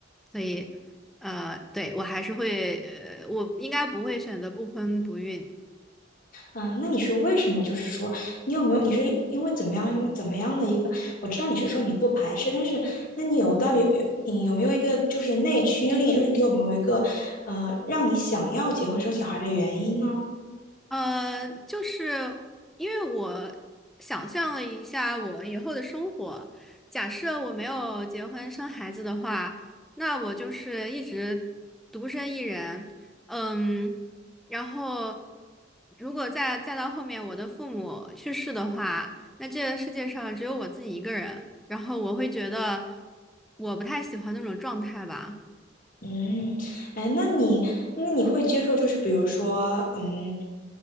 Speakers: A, in the centre; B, on the left.
A: 所以，呃，对，我还是会，呃我应该不会选择不婚不孕。
B: 嗯，那你是为什么？就是说，你有没有？你是因为怎么样怎么样的一个？我知道你是说你不排斥，但是那你有到底你有没有一个就是内驱力？就是你有没有一个呃让你想要结婚生小孩的原因呢？
A: 呃，就是因为我想象了一下我以后的生活，假设我没有结婚生孩子的话，那我就是一直独身一人，嗯，然后如果再再到后面我的父母去世的话，那这个世界上只有我自己一个人，然后我会觉得我不太喜欢那种状态吧。
B: 嗯，哎，那你那你会接受，就是比如说，嗯，